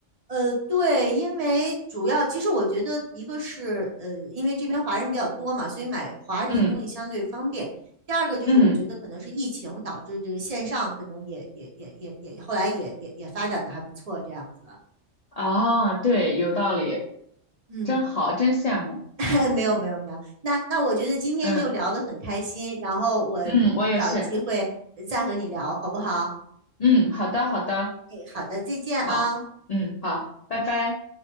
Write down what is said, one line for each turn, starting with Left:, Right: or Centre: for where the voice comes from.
Right: 呃，对，因为主要其实我觉得一个是呃，因为这边华人比较多嘛，所以买华人的东西相对方便。
Left: 嗯
Right: 第二个就是我觉得可能是疫情导致这个线上可能也也也也也后来也也也发展的还不错这样子。
Left: 嗯，啊，对，有道理，
Right: 嗯，
Left: 真好，真羡慕。
Right: <laughs> 没有没有没有，那那我觉得今天就聊得很开心，
Left: 嗯
Right: 然后我
Left: 嗯，我也是。
Right: 找机会呃再和你聊好不好？
Left: 嗯，好的好的，
Right: 哎，好的，再见啊。
Left: 好，嗯好，拜拜。